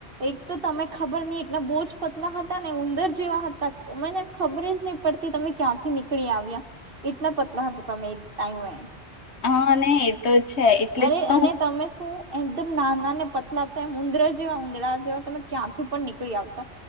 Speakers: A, on the right (about 55°); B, on the left (about 75°).
A: એક તો તમે ખબર નહ એટલા બોજ પતલા હતા ને ઉંદર જેવા હતા મને ખબર જ નહ તી તમે ક્યાંથી નીકળી આવ્યા એટલા પતલા હતા તમે ટાઈ
B: હા ને એ તો છે એટલે
A: અરે
B: જ
A: અને
B: તો હું
A: તમે શું એકદમ નાના ને પતલા થ એમ ઉંદરા જેવા ઉંદડા જેવા તમે ક્યાંથી પણ નીકળી આવતા